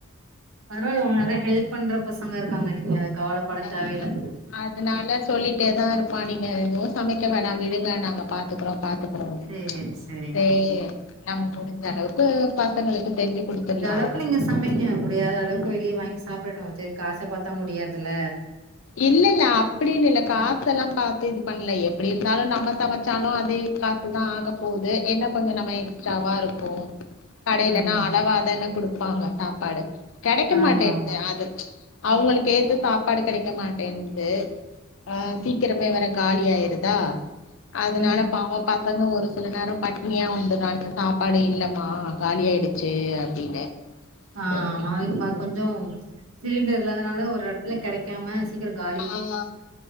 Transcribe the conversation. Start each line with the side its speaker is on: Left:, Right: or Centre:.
Right: அதனால அவுங்க நல்லா ஹெல்ப் பண்ற பசங்க இருக்காங்க நீங்க அது கவலைப்பட
Left: அஹ்,
Right: தேவையில்ல
Left: அதனால சொல்லிட்டே தா இருப்பா நீங்க எதுவு சமைக்க வேணா விடுங்க நாங்க பாத்துக்கறோ பாத் துக்குறோங்க
Right: சரி, சரிங்க.
Left: செரி நம்ம முடிஞ்ச அளவுக்கு பசங்களுக்கு செஞ்சு குடுத்துடலா
Right: முடிஞ்சா அளவுக்கு
Left: அவ்ளோதா
Right: நீங்க சமைக்க முடியாத அளவுக்கு வெளியே வாங்கி சாப்ட்டுட்டு செரி காச பாத்தா முடியாதுல
Left: இல்ல இல்ல அப்டின்னு இல்ல காசயெல்லா பாத்து இது பண்ல எப்டி இருந்தாலு நம்ம சமைச்சாலு அதே கா சு தா ஆகப்போது என்ன கொஞ்ச நம்ம எக்ஸ்ட்ராவா இருக்கு கடையிலன்னா
Right: ம், ம்.
Left: அளவாதானே குடுப்பாங்க சாப்பாடு கெடைக்க மாட்டேது
Right: ஆமா, ஆமா.
Left: அது அவுங்களுக்கு ஏத்த சாப்பாடு கெடைக் க மாட்டேன்து ஆ சீக்கிரமே வேற காலி ஆயிருதா அதனால
Right: ம்.
Left: பாவு பசங்க ஒரு சில நேரோ பட்னியா வந்துறாங்க சாப்பாடு இல்லமா காலியாடுச் சி அப்டின்னு
Right: ஆ
Left: செரி
Right: ஆமா இப்ப கொஞ்சோ சிலிண்டர் இல்லாதனால ஒரு எடத்துல கெடைக்காம சீக்கிர காலி
Left: ஆ